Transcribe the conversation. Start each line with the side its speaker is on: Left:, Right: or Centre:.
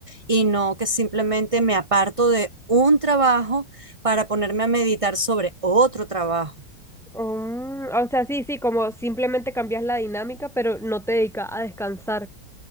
Right: y no que simplemente me aparto de un trabajo para ponerme a meditar sobre otro trabajo.
Centre: mm, o sea, sí, sí, como simplemente cambias la dinámica, pero no te dedicas a descansar.